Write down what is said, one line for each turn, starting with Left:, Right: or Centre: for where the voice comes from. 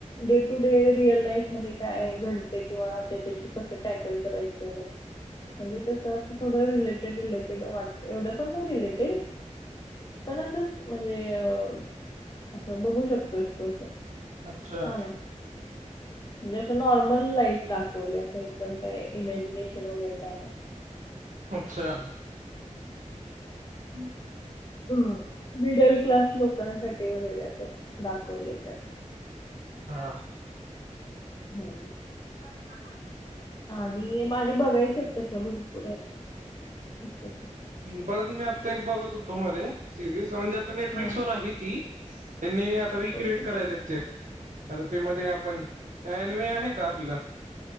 Left: day to day real life मध्ये काय घडते किंवा त्याच्याशी कसं टॅकल करायचं. म्हणजे तसं असं पुढं रिलेटेड रिलेटेड वाट एवढं पण नाही रिलेटेड. पण असंच म्हणजे अ असं बघू शकतोय तू अस. छान
Right: अच्छा
Left: आहे. म्हणजे असं नॉर्मल लाईफ दाखवले एकदम काय इमॅजिनेशन वगैरे काय नाही.
Right: अच्छा. हम्
Left: हम् मिडल क्लास लोकांसाठी वगैरे असं दाखवले त्यात.
Right: हा
Left: हम्
Right: <inaudible>
Left: आणि माझी बघायचेत तशा भरपूर आहेत.
Right: परत मी आत्ता एक बघत होतो मध्ये सिरीज, म्हणजे आता नेटफ्लिक्सवर
Left: हा
Right: आहे ती. त्यांनी आता रिक्रिएट
Left: कोणती
Right: करायलेत ते आता, ते मध्ये आपण एनिमे आहे का आपलं?